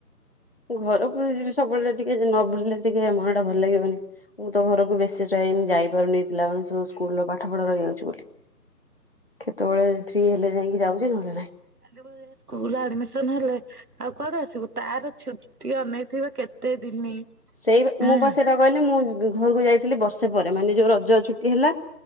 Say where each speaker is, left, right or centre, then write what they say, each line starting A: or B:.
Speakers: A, on the left; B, on the right.
A: ଘରେ ବହୁଦିନ ସବୁବେଳେ ଟିକେ ନ ବୁଲିଲେ ଟିକେ ମନ ଟା ଭଲ ଲାଗିବନି। ମୁଁ ତ ଘରକୁ ବେଶୀ ଟାଇମମ୍ ଯାଇପାରୁନି ପିଲାମାନେ ସବୁ ସ୍କୁଲ ର ପାଠ ପଢା ରହିଯାଉଛି ବୋଲି। କେତେବେଳେ ଫ୍ରି ହେଲେ ଯାଇଁକି ଯାଉଚି ନହଲେ ନାଇଁ।
B: ଆଉ ତା ପରେ ସ୍କୁଲରେ ଆଡ୍ ମିସନ୍ ହେଲେ ଆଉ କୁଆଡୁ ଆସିବୁ? ତାର ଛୁଟି ଅନେଇଥିବେ କେତେ ଦିନି
A: ସେଇବା
B: ହଁ
A: ମୁଁ ବା ସେଇଟା କହିଲି ମୁଁ ଘରକୁ ଯାଇଥିଲି ବର୍ଷେ ପରେ ମାନେ ଯୋଉ ରଜ ଛୁଟି ହେଲା